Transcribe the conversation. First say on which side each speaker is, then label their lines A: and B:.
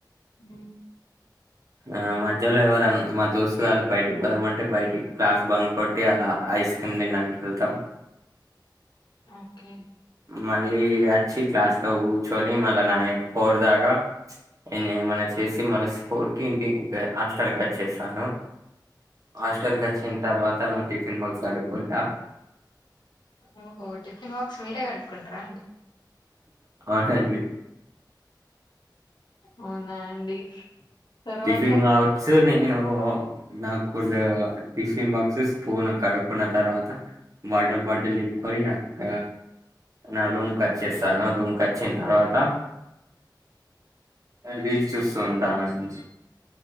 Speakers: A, on the left (about 70°); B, on the right (about 45°).
A: ఉ
B: ఆ మధ్యలో ఎవరన్నా మా దోస్త్ గాళ్ళు బయటికి పోదమంటే బయటికి క్లాస్ బంగ్ కొట్టి అలా ఐస్ క్రీమ్ తిన్నడానికి వెళ్తాం
A: ఓకే.
B: మళ్ళీ అచ్చి క్లాస్ లో కూచున్ని మ నా ఫోర్ దాక న ఏమై చేసి మన స్ ఫోర్ కి ఇంటి హస్టల్ కట్ చేస్తాను హాస్టల్కి
A: ఓకే.
B: వచ్చిన తర్వాత నా టిఫిన్ బాక్స్ అడుక్కుంటా
A: ఓహో టిఫిన్ బాక్స్ మీరే కడుకుంటారా అండి
B: అవునండి
A: అవునా అండి తర్వాత
B: టిఫిన్ కావచ్చు నేను నాకు టిషిన్ బాక్స్ స్పూన్ కడుక్కున్న తర్వాత వాటర్ బాటిల్ నింపు పోరినక్క నా రూమ్కి వచ్చేస్తాను రూమ్కి వచ్చిన తర్వాత రీల్స్ చూస్తూ ఉంటానండి